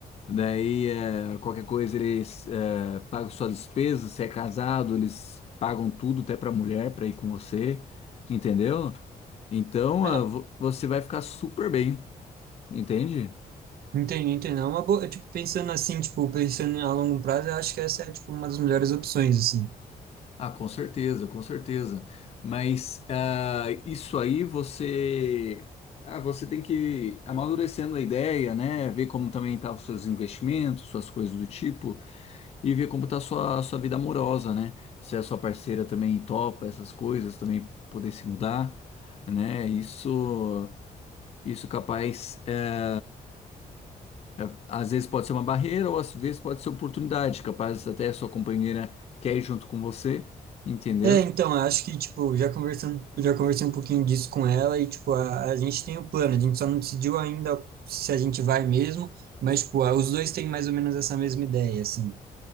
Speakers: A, on the left; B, on the right.
A: Daí, é, qualquer coisa, eles é, pagam suas despesas, se é casado, eles pagam tudo, até pra mulher, pra ir com você, entendeu? Então,
B: Ah,
A: é, vo- você vai ficar super bem, entende?
B: entendi, entendi. É uma boa, tipo, pensando assim, tipo, pensando a longo prazo, eu acho que essa é, tipo, uma das melhores opções, assim.
A: Ah, com certeza, com certeza. Mas ah, isso aí você, ah, você tem que ir amadurecendo a ideia, né? Ver como também tá os seus investimentos, suas coisas do tipo, e ver como tá a sua, sua vida amorosa, né? Se a sua parceira também topa essas coisas, também poder se mudar, né? Isso, isso capaz, é, é, às vezes pode ser uma barreira ou às vezes pode ser oportunidade, capaz até a sua companheira quer ir junto com você, entendeu?
B: É, então, eu acho que, tipo, já conversando, já conversei um pouquinho disso com ela e, tipo, a, a gente tem o plano, a gente só não decidiu ainda se a gente vai mesmo, mas, tipo, a- os dois têm mais ou menos essa mesma ideia, assim.